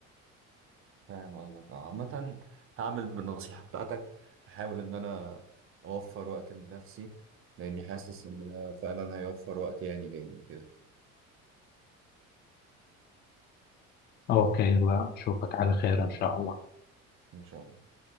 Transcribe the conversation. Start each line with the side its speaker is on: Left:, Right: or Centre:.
Right: فاهم قصدك آه، عامة هعمل بالنصيحة بتاعتك هحاول إن أنا أوفر وقت لنفسي لأني حاسس إن ده فعلا هيوفر وقت يعني ليا وكده
Left: اوكي الله نشوفك على خير ان شاء الله
Right: إن شاء الله